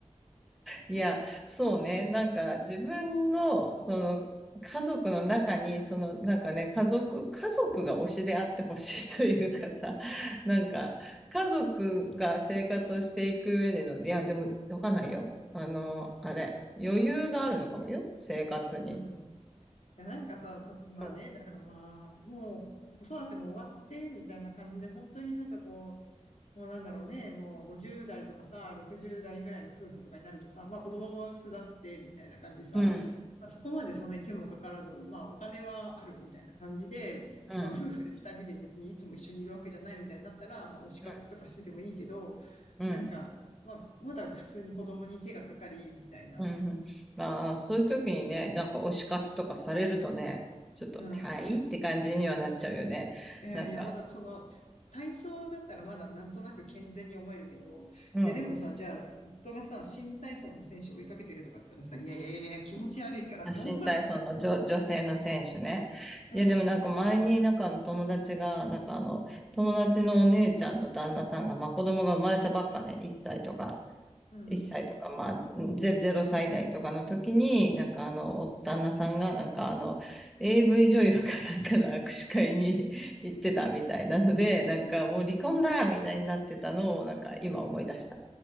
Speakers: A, in the centre; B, on the left.
A: いや、そうね。なんか自分の、その、家族の中に、その、なんかね、家族、家族が推しであってほしいというかさ、なんか、家族が生活をしていく上での、いや、でも、わかんないよ。あの、あれ、余裕があるのかもよ、生活に。
B: うん。いや、なんかさ、た、まあね、
A: うん、
B: だからまあ、もう子育ても終わって、みたいな感じで、本当になんかこう、もうなんだろうね、もう50代とかさ、60代ぐらいの夫婦とかになるとさ、まあ子供も巣立ってみたいな感じでさ、
A: うん、
B: まあ、そこまでそんなに手もかからず、まあお金はあるみたいな感じで、
A: うん、
B: まあ夫婦で2人で別にいつも一緒にいるわけじゃないみたいになったら、まあ推し活とかしててもいいけど、
A: うん、うん。
B: なんか、まあまだ普通に子供に手がかかりみたいな。
A: うんまあ、そういう時にね、なんか推し活とかされるとね、ちょっと、
B: うん
A: はいって感じにはなっちゃうよね。
B: いやいや、
A: なんか、
B: まだその、体操だったらまだなんとなく健全に思えるけど、
A: うん。
B: いやでもさ、じゃあ、夫がさ、新体操の選手を追いかけてるとかって言ったらさ、いやいやいやいや、気持ち悪いからって思う。
A: まあ新体操の女、女性の選手ね。
B: <laughs>
A: いや、でもなんか前になんかあの友達が、なんかあの、友達のお姉ちゃんの旦那さんが、まあ子供が生まれたばっかね、1歳とか、
B: うんうん
A: 1歳とか、まあゼ0歳代とかの時に、なんかあの、お旦那さんがなんかあの、AV 女優かなんかの握手会に <laughs> 行ってたみたいなので、なんかもう離婚だみたいになってたのを、なんか今思い出した。